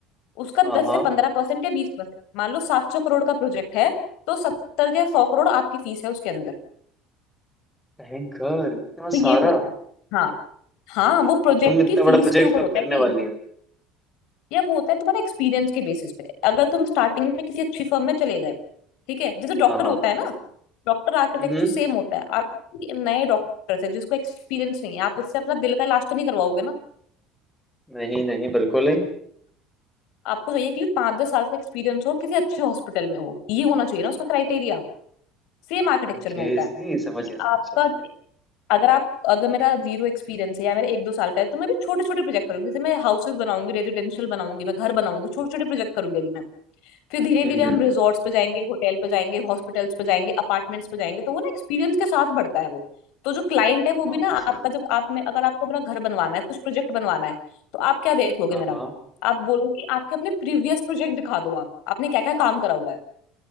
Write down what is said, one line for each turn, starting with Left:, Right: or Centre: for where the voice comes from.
Left: उसका
Centre: हाँ
Left: दस
Centre: हाँ
Left: से पंद्रह परसेंट या बीस परसेंट मान लो सात सौ करोड़ का प्रोजेक्ट है तो सत्तर या सौ करोड़ आपकी फीस है उसके अंदर
Centre: भयंकर इतना
Left: तो
Centre: सारा
Left: ये होता है हाँ हाँ वो प्रोजेक्ट
Centre: तो तुम इतना
Left: की
Centre: बड़ा
Left: फीस
Centre: प्रोजेक्ट
Left: के ऊपर
Centre: कब
Left: होता
Centre: करने
Left: है कि
Centre: वाली हो
Left: या वो होता है तुम्हारे एक्सपीरियंस के बेसिस पे अगर तुम स्टार्टिंग में किसी अच्छी फर्म में चले गए ठीक है जैसे डॉक्टर
Centre: हाँ हाँ
Left: होता है ना डॉक्टर आर्किटेक्चर
Centre: हम्म
Left: तो सेम होता है आप किसी नए डॉक्टर से जिसको एक्सपीरियंस नहीं है आप उससे अपना दिल का इलाज तो नहीं करवाओगे ना
Centre: नहीं नहीं बिल्कुल नहीं
Left: आपको चाहिए कि पांच दस साल का एक्सपीरियंस हो किसी अच्छे हॉस्पिटल में हो ये होना चाहिए ना उसका क्राइटेरिया सेम आर्किटेक्चर
Centre: ओके
Left: में होता
Centre: नहीं
Left: है
Centre: समझ
Left: कि
Centre: गया समझ
Left: आपका
Centre: गया बिल्कुल।
Left: अगर आप अगर मेरा जीरो एक्सपीरियंस है या मेरा एक दो साल का है तो मैं भी छोटे छोटे प्रोजेक्ट करूंगी जैसे मैं हाउसेस बनाऊंगी रेजिडेंशियल बनाऊंगी मैं घर बनाऊंगी छोटे छोटे प्रोजेक्ट करूंगी अभी मैं फिर धीरे
Centre: हम्म
Left: धीरे हम
Centre: हम्म,
Left: रिजॉर्ट्स पे जाएंगे होटल पे जाएंगे हॉस्पिटल्स पे जाएंगे अपार्टमेंट्स पे जाएंगे तो वो ना एक्सपीरियंस के साथ बढ़ता है वो तो जो क्लाइंट है वो
Centre: काफी
Left: भी ना आपका
Centre: सही है
Left: जब आप में अगर आपको अपना घर बनवाना है कुछ प्रोजेक्ट बनवाना है तो आप क्या देखोगे
Centre: हाँ
Left: मेरा
Centre: हाँ
Left: आप बोलोगे कि आपके अपने प्रीवियस प्रोजेक्ट दिखा दो आप आपने क्या क्या काम करा हुआ है